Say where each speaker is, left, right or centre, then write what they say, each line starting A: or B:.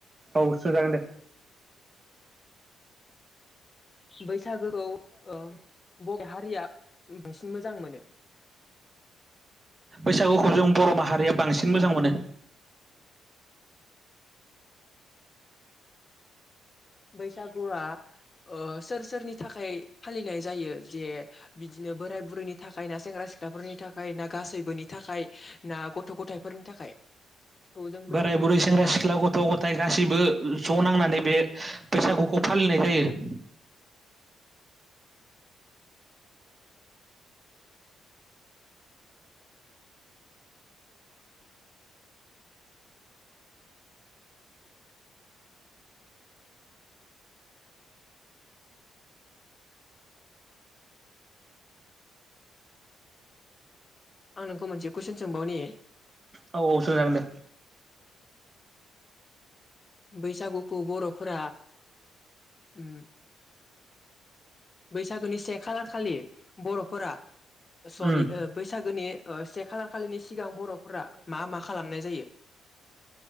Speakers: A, on the right; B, on the left.
A: औ सोंजागोन दे
B: बैसागोखौ ओ बर' हारिया <unintelligible> मोजां मोनो
A: बैसागुखौ जों बर' माहारिया बांसिन मोजां मोनो
B: बैसागुआ ओ सोर सोरनि थाखाय फालिनाय जायो जे बिदिनो बोराय बुरैनि थाखाय ना सेंग्रा सिख्लाफोरनि थाखाय ना गासैबोनि थाखाय ना गथ' गथाइफोरनि थाखाय खौ जों बैसागुनि
A: बोराय बुरै
B: थाखाय
A: सेंग्रा
B: मा
A: सिख्ला गथ' गथाय गासैबो ज' नांनानै बे बैसागुखौ फालिनाय जायो
B: आं नोंखौ मोनसे कुइसन सोंबावनि
A: औ औ सों जागोन दे
B: बैसागुखौ बर'फोरा उम बैसागोनि से खालार खालि बर'फोरा
A: उम
B: सरि बैसागोनि ओ से खालार खालिनि सिगां बर'फोरा मा मा खालामनाय जायो